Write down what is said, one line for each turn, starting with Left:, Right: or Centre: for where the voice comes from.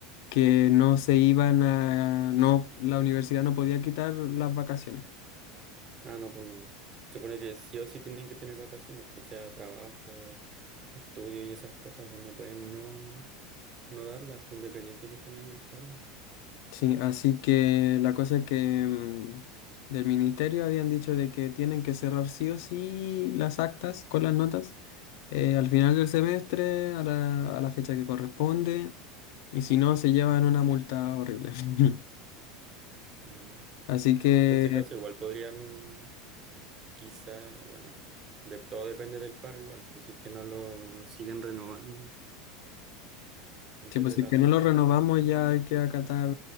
Left: que no se iban a, no, la universidad no podía quitar las vacaciones.
Right: Ah, no, pues no. Se supone que sí o sí tienen que tener vacaciones, pues sea trabajo, estudio y esas cosas, pues no pueden no, no darlas, pues independiente que estén en el paro.
Left: Sí, así que la cosa es que mm, del ministerio habían dicho de que tienen que cerrar sí o sí las actas con las notas eh, al final del semestre, a la, a la fecha que corresponde, y si no, se llevan una multa horrible. <laughs>
Right: Sí.
Left: Así que,
Right: En ese caso igual podrían, quizá, bueno, de, todo depende del paro igual, pues si es que no lo siguen renovando antes
Left: sí, pues
Right: de
Left: si
Right: las
Left: es que no
Right: fechas
Left: lo renovamos
Right: de vacaciones.
Left: ya hay que acatar